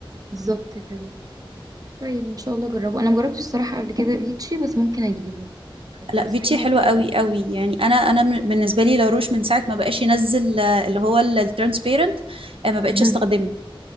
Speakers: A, on the right (about 40°); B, on the right (about 75°).
A: بالظبط كده طيب ان شاء الله اجربه انا مجربتش الصراحه قبل كده فيتشي بس ممكن اجيبه لو تنصحيني
B: لا فيتشي حلوة
A: بيه
B: قوي
A: يبقى
B: قوي يعني انا انا من- بالنسبه لي لاروش من ساعه ما بقاش ينزل آه، اللي هو الترانسبيرنت ما بقتش
A: أها.
B: استخدمه